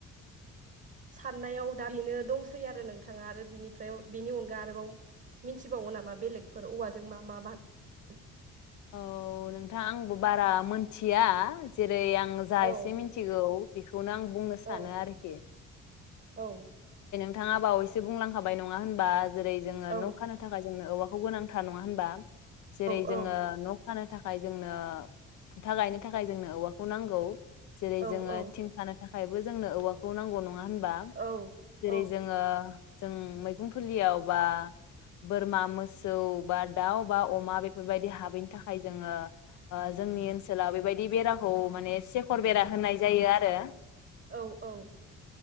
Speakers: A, on the right; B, on the left.
A: साननायाव दा बेनो दंसै आरो नोंथाङा आरो बिनिफ्राय बिनि अनगा आरोबाव मिन्थिबावो नामा बेलेगफोर औवाजों मा मा बान
B: औ नोंथां आंबो बारा मोनथिया जे आं जा
A: औ
B: एसे मिथिगौ बेखौनो आं बुंनो
A: औ
B: सानो आरोखि
A: औ
B: बिथाङा बावैसो बुंलांखाबाय नङा होनबा जेरै जोङो
A: औ
B: न खानो थाखाय जोंनो औवाखौ गोनांथार नङा होनबा जेरै
A: औ
B: जोङो न फानो थाखाय जोंनो खुन्था गायनो थाखाय जोंनो औवाखौ नांगौ जेरै
A: औ
B: जोङो
A: औ
B: थिंखानो थाखायबो जोंनो औवाखौ नांगौ नङा होनबा
A: औ
B: जिरै
A: औ
B: जोङो जों मैगं फुलियाव बा बोरमा मोसौ बा दाउ बा अमा बेफोरबायदि हाबैनि थाखाय जोङो जोंनि ओनसोलाव बेबायदि बेराखौ माने सेखर बेरा होनाय जायो आरो
A: औ औ